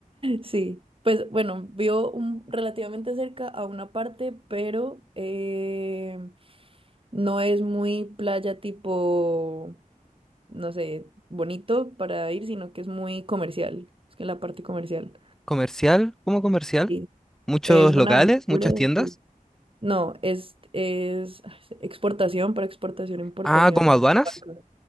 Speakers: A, on the right (about 35°); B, in the centre.
A: Sí. Pues bueno, vio un, relativamente cerca a una parte, pero eh, no es muy playa tipo, no sé, bonito para ir, sino que es muy comercial. Es que la parte comercial.
B: ¿Comercial? ¿Cómo comercial?
A: Sí.
B: ¿Muchos
A: Es Buenaventura,
B: locales? ¿Muchas tiendas?
A: sí. No, es, es exportación para exportación, importación.
B: Ah, ¿como aduanas?
A: Barco.